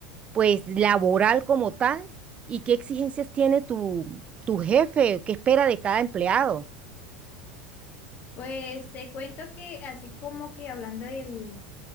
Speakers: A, on the right; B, on the left.
A: pues, laboral como tal, y qué exigencias tiene tu, tu jefe, qué espera de cada empleado.
B: Pues te cuento que así como que hablando del,